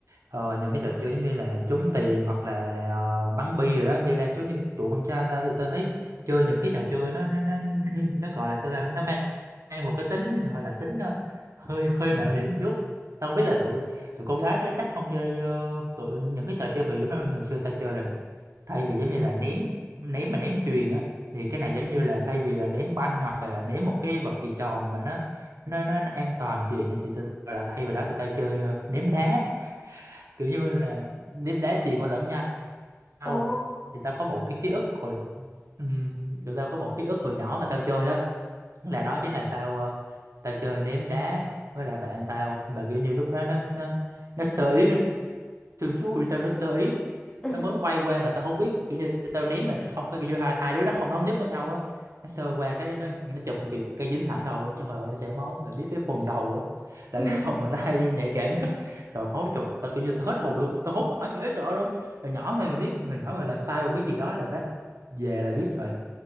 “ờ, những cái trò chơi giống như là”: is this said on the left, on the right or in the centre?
Right